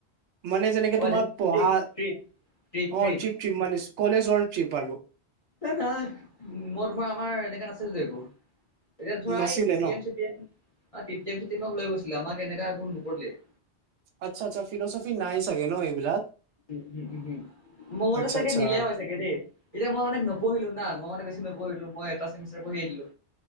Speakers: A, on the right; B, on the left.
A: মানে যেনেকে
B: অ',
A: তোমাৰ পঢ়া
B: ট্ৰিপ,
A: অ
B: ট্ৰিপ, ট্ৰিপ, ট্ৰিপ।
A: পিপ মানে <unintelligible> কলেজৰ ত্ৰিপ আৰু।
B: ন নাই মোৰ মই আমাৰ এনেকাে নাছিলতো একো। এতিয়া ধৰা
A: নাছিলে
B: কে তি
A: ন
B: এম, লৈ কে তি এমক গৈছিলে। আমাৰ কেনেকা ক নপলে <unintelligible>
A: আচ্ছা আচ্ছা ফিলোচফি নাই চাগে ন এইবিলাক?
B: উম উম উম উম। মোৰটো
A: আচ্ছা
B: চাগে
A: আচ্ছা
B: নিলে হয় চাগে দেই, এতিয়া মই মানে নপঢ়িলো না মই মানে বেছি নপঢ়িলো। ম এটা ছেমিষ্টাৰ পঢ়ি এৰি দিলো।